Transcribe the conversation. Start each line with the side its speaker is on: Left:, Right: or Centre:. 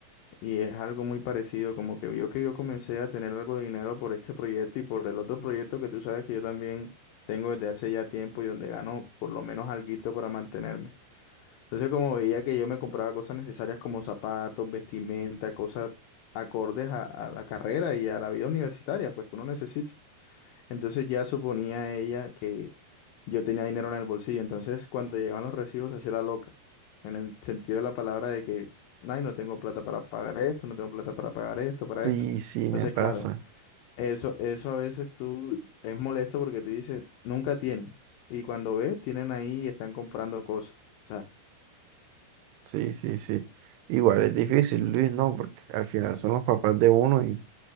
Left: y es algo muy parecido, como que vio que yo comencé a tener algo de dinero por este proyecto y por el otro proyecto que tú sabes que yo también tengo desde hace ya tiempo y donde gano por lo menos alguito para mantenerme. Entonces, como veía que yo me compraba cosas necesarias como zapatos, vestimenta, cosas acordes a, a la carrera y a la vida universitaria, pues que uno necesita. Entonces ya suponía ella que yo tenía dinero en el bolsillo. Entonces cuando llegaban los recibos hacía la loca. En el sentido de la palabra de que, ay, no tengo plata para pagar esto, no tengo plata para pagar esto, para
Right: sí,
Left: esto.
Right: sí,
Left: Entonces,
Right: me pasa.
Left: claro, eso, eso a veces tú es molesto porque tú dices, nunca tienen. Y cuando ves, tienen ahí y están comprando cosas. O sea,
Right: Sí, sí, sí. Igual es difícil, Luis, no, porque al final son los papás de uno Y